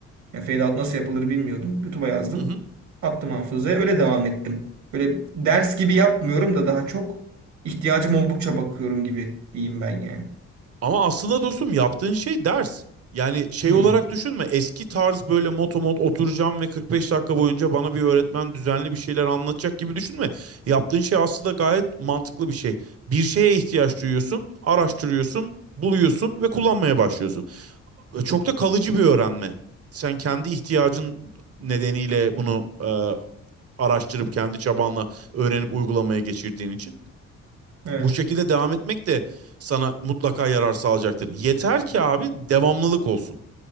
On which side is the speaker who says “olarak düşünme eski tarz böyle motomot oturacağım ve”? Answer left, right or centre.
Right